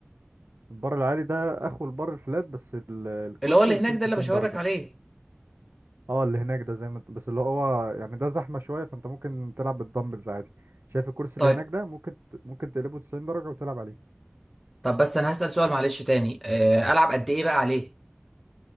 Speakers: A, on the right; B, in the centre.
A: البار العالي ده اخو البار الفلات بس ال- الكرسي
B: اللي هو اللي
A: يكون
B: هناك ده
A: 90
B: اللي بشاور
A: درجة
B: لك عليه
A: اه اللي هناك ده زي ما انت بس اللي هو يعني ده زحمة شوية فانت ممكن تلعب بالدمبلز عادي شايف الكرسي
B: طيب
A: اللي هناك ده ممكن ت- ممكن تقلبه 90 درجة وتلعب عليه
B: طب بس انا هسأل سؤال معلش تاني آه، العب قد ايه بقى عليه